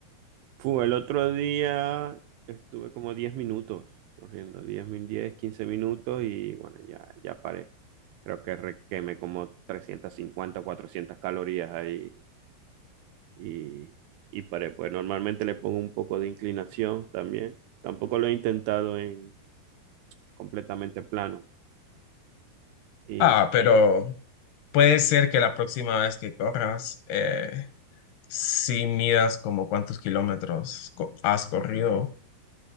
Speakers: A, on the right; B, on the left.
A: Fu, el otro día estuve como 10 minutos corriendo, diez min- 10, 15 minutos y bueno, ya, ya paré. Creo que re- quemé como 350, 400 calorías ahí y, y para Pues normalmente le pongo un poco de inclinación también. Tampoco lo he intentado en completamente plano. Y
B: Ah, pero puede ser que la próxima vez que corras, eh, si midas como cuántos kilómetros co- has corrido,